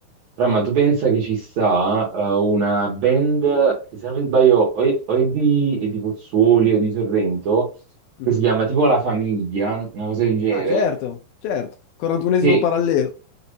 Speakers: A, on the right; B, on the left.
A: Però, ma tu pensa che ci sta eh, una band, che se non mi sbaglio, o è, o è di, è di Pozzuoli o di Sorrento,
B: Mhm.
A: che si chiama tipo La Famiglia, una cosa del genere,
B: Ah, certo, certo, 41esimo
A: che
B: parallelo,